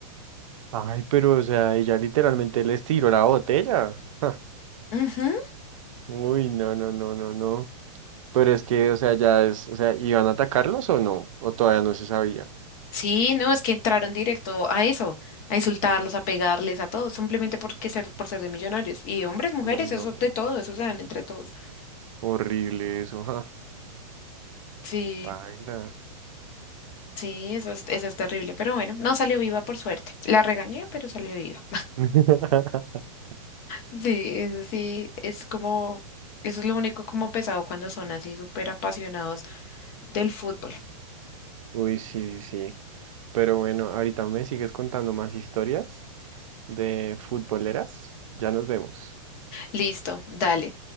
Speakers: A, on the right; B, on the left.
A: Ay, pero o sea, ella literalmente les tiró la botella. Ja.
B: Ujú.
A: Uy, no, no, no, no, no. Pero es que, o sea, ya es, o sea, ¿iban a atacarlos o no? O todavía no se sabía.
B: Sí, no, es que entraron directo a eso, a insultarlos, a pegarles, a todos, simplemente porque ser, por ser de millonarios. Y hombres, mujeres,
A: Uy, no.
B: eso de todo, eso se dan entre todos.
A: Horrible eso, ja.
B: Sí.
A: Baila.
B: Sí, eso es, eso es terrible, pero bueno, no salió viva por suerte. La regañé, pero salió viva.
A: <laughs>
B: Sí, eso sí, es como, eso es lo único como pesado cuando son así súper apasionados del fútbol.
A: Uy, sí, sí. sí. Pero bueno, ahorita me sigues contando más historias de futboleras. Ya nos vemos.
B: Listo, dale.